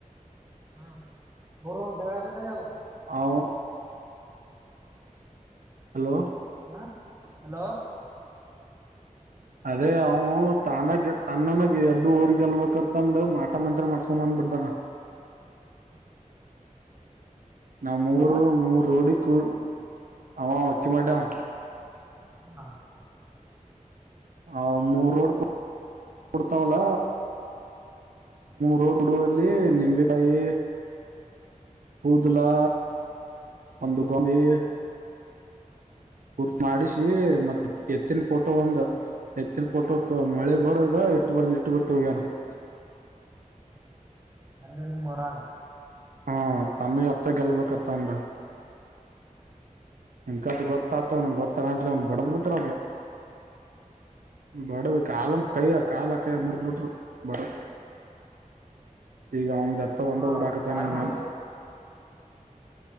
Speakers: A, on the right; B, on the right.
A: ಹ್ಮ್, ಊರರು ಜಗಳದೇಕಾಗದ
B: ಅವ <unintelligible> ಹಲೋ,
A: ಹಾ, ಹಲೋ
B: ಅದೇ ಅವು ತಾನೆಗ ತನ್ನನಾಗ ಎಡ್ಡುಒರಿ ಗೆಲ್ಬೆಕತ್ತಂದ ಮಾಟ ಮಂತ್ರ ಮಾಡ್ಸ್ಕೊಂಡ ಬಂದ್ ಬಿಡ್ದಾನ. <inaudible>
A: ಹಾ
B: ನಾ ಮೂರು
A: ಹ
B: ಮೂರು ರೋಡಿ ಕೂ ಅವ ಅಕ್ಕಿ ಮಾಡ್ಯಾವ
A: ಹಾ
B: ಹ ಮೂರ ರೋಡ್ ಕೂಡ್ತಾವಲ್ಲ ರೋಡ್ ಕೂಡ ಇಲ್ಲಿ ನಿಂಬೆಕಾಯಿ ಕೂದಲಾ ಒಂದು ಗೊಂಬೆ ಎ ಕೂರ್ತ ಮಾಡಿಸಿ ಮತ್ ಎತ್ತಿನ ಪೋಟೋ ಒಂದ್ ಎತ್ತಿನ ಪೋಟೋಕ್ ಮಳೆ ಬಡದ್ <unintelligible>
A: ಅಲ್ಲೇ ನಿಮ್ ಹೊರಾಗ
B: ಹಾ ತಮೂನ ಎತ್ತ ಗೆಲ್ಬೇಕತ್ತ ಅಂದ ಅಂಕಂತ ಕಟ್ಟ ಗೊತ್ತ ತಾವ್ನಗೆೊತ್ತಾಗಾಣ ಅವ್ನು ಬಡದ್ ಬಿಟ್ರಪ್ ಬಡದ ಕಾಲ ಕೈ ಕಾಲ ಮುರಿದ್ ಬಿಟ್ರು ಬಡದ ಈಗ ಇಲ್ಲಾ ಅಂದ್ರೆ ತ ಒಂದ
A: ಪೂರ
B: ಹೂಡಾಕತಾನೆ
A: ಸಾವಿ ಹೊಡ್ದ
B: ನವ